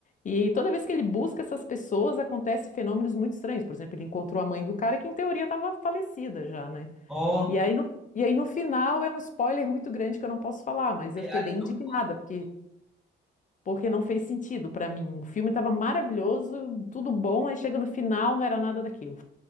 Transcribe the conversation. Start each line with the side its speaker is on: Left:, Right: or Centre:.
Left: E toda vez que ele busca essas pessoas, acontece fenômenos muito estranhos. Por exemplo, ele encontrou a mãe do cara que em teoria estava falecida já, né?
Centre: oh.
Left: E aí no, e aí no final é um spoiler muito grande que eu não posso falar, mas
Centre: é,
Left: eu fiquei
Centre: Aí
Left: bem
Centre: não
Left: indignada
Centre: pode.
Left: porque porque não fez sentido pra mim. O filme estava maravilhoso, tudo bom, aí chega no final, não era nada daquilo.